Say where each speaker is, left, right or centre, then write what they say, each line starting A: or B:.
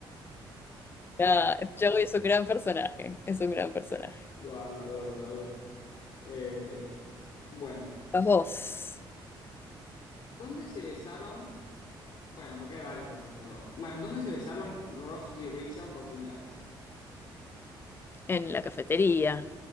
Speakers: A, on the left; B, on the left.
A: Ah, Joey es un gran personaje. Es un gran personaje.
B: Lo, a- lo adoro, lo adoro. Eh, bueno,
A: Vas vos.
B: ¿dónde se besaron? Bueno, porque hay varios besos, pero... Bueno, ¿dónde se besaron Ross y Rachel por primera vez?
A: en la cafetería.